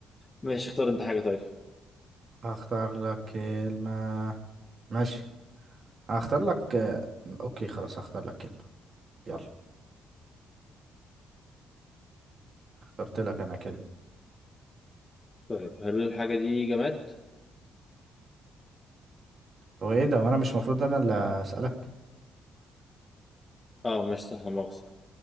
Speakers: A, on the left (about 25°); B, on the right (about 45°).
A: ماشي اختار أنت حاجة طيب
B: هختار لك كلمة ماشي هختار لك اوكي خلاص هختار لك كلمة يلا اخترت لك انا كلمة
A: طيب هل الحاجة دي جماد؟
B: هو ايه ده وانا مش المفروض انا اللي اسألك
A: أه مش صح لا مؤاخذة